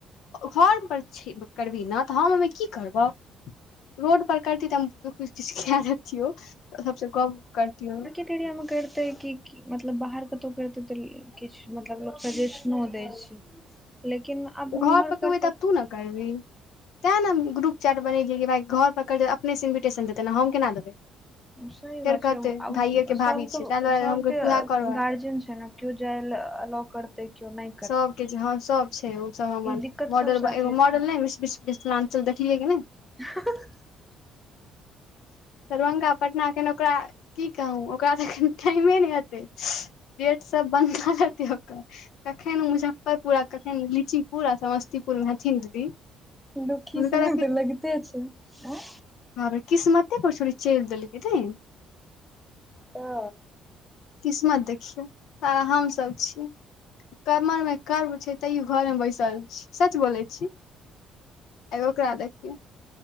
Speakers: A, on the left; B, in the centre.
A: घर पर छी करबही न तऽ हम ओमे की करबौ रोड पर करती तऽ हम किछ खय देतियो तऽ सबसे गप करतियौ
B: क एतै किी <unintelligible> मतलब, बाहर कतौ करतै तऽ किछु मतलब सेजशनो दै छै लेकिन आब ओम्हर
A: घर प करबै
B: करतै
A: तऽ आब तू न करबी तैँ न हम ग्रुप चाट बनेलियै कि भाय घर करितै त अपने सँ इन्विटेशन देतै, न हम केना देबै
B: सही
A: फेर
B: बात
A: कहतै
B: छै, आब
A: भाइये के भाभी
B: सबके
A: छै ताहि दुआरे
B: सबके
A: हम कहलियै तोहे करबे
B: गार्जियन छै न की ओ जाइला अ लाउकर त कीयो नै
A: सबके के जहाँ, सब छै, ओ सब हमर
B: दिक्कत
A: मॉडल
B: सब साथे
A: एगो मॉडल
B: छै
A: नै बीस बीस मिथि लाञ्चल देख ठीके ने <unintelligible>
B: <inaudible>
A: दरभंगा, पटना केन ओकरा की कहू, ओकरा त अखन टाइमे नै हतै गेट सब बन्द क लेत ओकर कखन मुजफर <unintelligible> जफपुर आ कखन लीची पुर आ समस्तीपुरमे हथिन, दीदी
B: लुखी
A: हुनकर
B: समग तऽ लगिते छै। आ
A: हमर किस्मते पर छुरी चलि देलकै दीदी
B: हा
A: किस्मत देखियै और हम सभ छी कमर मे कर्व छै। तैयो घोर में बैसल छी सच बोलै छी एगो ओकरा देखियौ।